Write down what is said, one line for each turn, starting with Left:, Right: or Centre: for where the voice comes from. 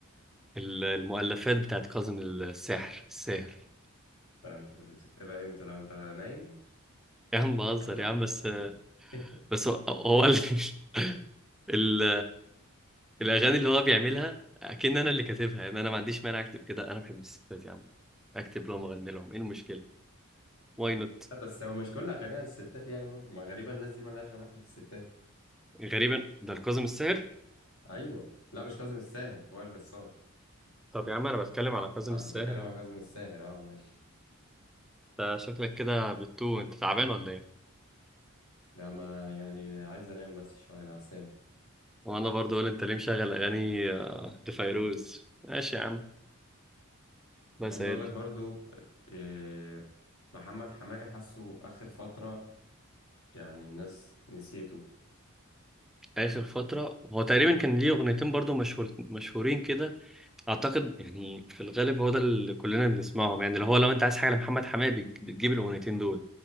Centre: ال- المؤلفات بتاعت كاظم الساحر الساحر
Left: لا انت كنت بتكتبها امتى لو انت نايم
Centre: يا عم بهزر
Left: تحلم
Centre: يا عم بس
Left: <laughs>
Centre: بس هو هو ال... <laughs> ال... الاغاني اللي هو بيعملها اكن انا اللي كاتبها يعني انا ما عنديش مانع اكتب كده انا بحب الستات يا عم اكتب لهم اغني لهم ايه المشكلة واي نوت
Left: لا بس هو مش كل اغانيه عن الستات يعني برضه. ما غريبه الناس دي مالهاش علاقه بالستات
Centre: غريبا ده الكاظم الساحر
Left: ايوه لا مش كاظم الساهر وائل جسار
Centre: طب يا عم انا بتكلم على كاظم
Left: اه
Centre: الساحر
Left: انت بتتكلم عن كاظم الساهر اه ماشي
Centre: انت شكلك كده بتو انت تعبان ولا ايه
Left: لا ما يعني عايز انام بس شويه نعسان
Centre: وانا برضه اقول انت ليه مشغل اغاني آه، لفيروز ماشي يا عم الله يسهل
Left: عايز اقول لك برضو إيه محمد حماقي حاسه اخر فتره يعني الناس نسيته
Centre: اخر فتره هو تقريبا كان ليه اغنيتين برضه مشهور مشهورين كده اعتقد يعني في الغالب هو ده اللي كلنا بنسمعهم يعني اللي هو لو انت عايز حاجه لمحمد حماقي بتج- بتجيب الاغنيتين دول